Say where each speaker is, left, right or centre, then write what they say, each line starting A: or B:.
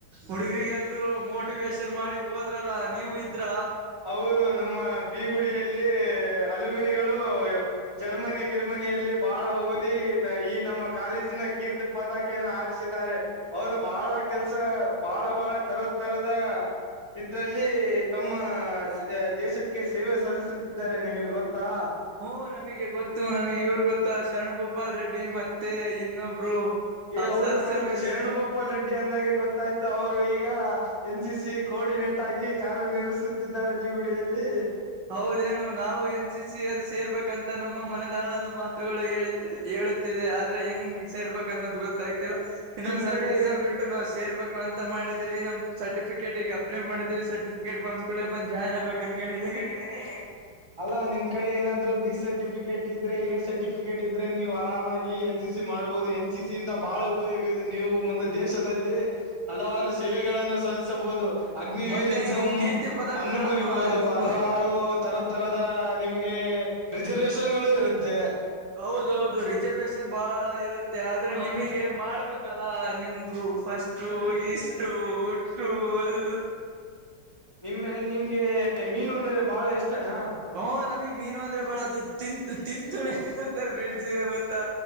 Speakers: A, on the right (about 75°); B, on the right (about 15°).
A: ಹುಡುಗ್ರರಿಗೆಲ್ೂ ಮೋಟಿವೇೇಶನ್ ಮಾಡಿ ಹೋದ್ರಲ್ಲ ನೀವು ಇದ್ರ.
B: ಹೌದು ನಮ್ಮ ಬಿೀಗುಡಿಯಲ್ಲಿ ಅಲ್ಮಿನಿಗಳು ಜರ್ಮನಿ ಗಿರ್ಮನಿಯಲ್ಲಿ ಬಾಳ ಓದಿ. ಈ ನಮ್ಮ ಕಾಲೇಜಿನ ಕೀರ್ತಿ ಪತಾಕಿಯನ್ನು ಹಾರಿಸಿದ್ದಾರೆ. ಅವರು ಬಾಳ ಕೆಲ್ಸ ಬಹಳ ಬಹಳ ತರ ತರದ ಇದ್ರಲ್ಲಿ ತಮ್ಮ. ಆ ದೇಶಕ್ಕೆ ಸೇವೆ ಸಲ್ಲಿಸುತ್ತಿದ್ದಾರೆ ನಿಮಗೆ ಗೊತ್ತಾ.
A: ಹ್ಮ ನಮಗೆ ಗೊತ್ತು ನಮಗ್ ಇವ್ರ ಗೊತ್ತಾ ಶರಣ್ ಗೋಪಾಲ್ ರೆಡ್ಡಿ ಮತ್ತೆ ಇನ್ನೊಬ್ರು.
B: ಏ
A: ಆ
B: ಹೌದು
A: ಸರ್ಸ್
B: ನಾನು
A: ಎಲ್ರು
B: ಶರಣ್
A: ಇಲ್ಲ
B: ಭೋಪಾಲ್ ರೆಡ್ಡಿ ಅಂದಾಗೆ ಗೊತ್ತಾಯ್ತು ಅವರು ಈಗ ಎನ್ ಸಿ ಸಿ ಕೋಆರ್ಡಿನೇಟ್ ಆಗಿ ಕಾರ್ಯ ನಿರ್ವಹಿಸುತ್ತಿದ್ದಾರೆ ಬೀಗುಡಿಯಲ್ಲಿ
A: ಹೌದೇನು ನಾವು ಎನ್ ಸಿ ಸಿ ಅಲ್ಲಿ ಸೇರ್ಬೇಕಂತ ನಮ್ಮ ಮನದಾಳದ ಮಾತುಗಳು ಹೇಳ ಹೇಳುತ್ತಿದೆ ಆ ಅಂದ್ರೆ ಹೆಂಗ್ ಸೇರ್ಬೇಕ ಅನ್ನೋದು ಗೊತ್ತಾಗ್ತಿಲ್ಲ ಇನ್ನೊಂದ್
B: ನಿಮ್
A: ಸ್ವಲ್ಪ
B: ಕಡೆ
A: ದಿವಸ ಬಿಟ್ಟು ನಾವು ಸೇರ್ಬೇಕು ಅಂತ ಮಾಡಿದೀವಿ ನಮ್ದ ಸರ್ಟಿಫಿಕೇಟ್ ಈಗ ಅಪ್ಲಯ ಮಾಡಿದೀವಿ ಸರ್ಟಿಫಿಕೇಟ್ ಬಂದ ಬಂದ್ ಜಾಯಿನ್ಬೇಕು ಅನ್ಕೊಂಡಿದ್ದ
B: <unintelligible> ಅಲ್ಲಾ ನಿಮ್ ಕಡೆ ಏನಾದ್ರು ಬಿ ಸರ್ಟಿಫಿಕೇಟ್ ಇದ್ರೆ ಎ ಸರ್ಟಿಫಿಕೇಟ್ ಇದ್ರೆ ನೀವು ಆರಾಮಾಗಿ ಎನ್ ಸಿ ಸಿ ಮಾಡ್ಬಹುದು ಎನ್ ಸಿ ಸಿಯಿಂದ ಬಹಳ ಉಪಯೋಗ ಇದೆ ನೀವು ಮುಂದೆ ದೇಶದಲ್ಲಿ ಹಲವಾರು ಸೇವೆಗಳನ್ನು ಸಲ್ಲಿಸಬಹುದು ಅಗ್ನಿವೀರ್
A: ಮತ್ತೆ
B: ಎಕ್ಸಾಮ್
A: ನೀವು ಕೀರ್ತಿ ಪದಕಗಳನ್ನು
B: ಅನ್ನು ಬರಿಬಹುದು
A: ಆರಿಸಬಹುದು
B: ಹಲವಾರು ತರ ತರದ ನಿಮ್ಗೆ ರಿಸರ್ವೇಶನ್ ಗಳು ಇರುತ್ತೆ
A: ಹೌದೌದು ರಿಸರ್ವೇಶನ್ ಬಾಳ ಇರುತ್ತೆ ಆದ್ರೆ ನಿಮಗೆ ಮಾಡ್ಬೇಕಲ್ಲಾ ನಿಮ್ದು ಫಸ್ಟು ಇಷ್ಟು ಟೂಲ್
B: ನಿಮ್ ನಿಮ್ಗೆ ಮೀನು ಅಂದ್ರೆ ಬಾಳ ಇಷ್ಟನಾ
A: ಓ ನಮಗ್ ಮೀನು ಅಂದ್ರೆ ಬಾಳ ಅದು ತಿಂತ ತಿಂತಣಿ ಅಂತ ಬ್ರಿಡ್ಜ್ ಇದೆ ಗೊತ್ತಾ